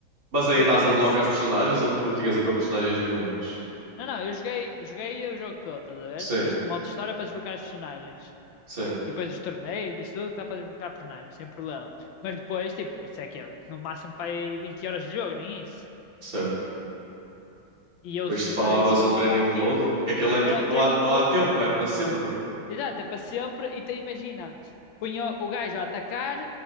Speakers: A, on the right; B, on the left.
A: Mas aí
B: eu
A: dás
B: também.
A: unlock
B: se-
A: às personagens ou tu não tinhas então personagens nenhumas?
B: Não, não, eu joguei, joguei o jogo todo, estás a ver?
A: Sim,
B: Este modo de história é para desbloquear os personagens.
A: sim,
B: E depois os torneios, isso tudo que dá para desbloquear personagens, sem problema. Mas depois, tipo, isso é que é no máximo para aí 20 horas de jogo, nem isso.
A: certo.
B: E eu,
A: Depois
B: se-
A: spamavas
B: eu spamava
A: o training
B: aquilo,
A: mode, que aquele é
B: era
A: tipo,
B: o
A: não
B: training
A: há, não
B: mode
A: há tempo, é para sempre.
B: Exato, é para sempre. E te imagina, punha o gajo a atacar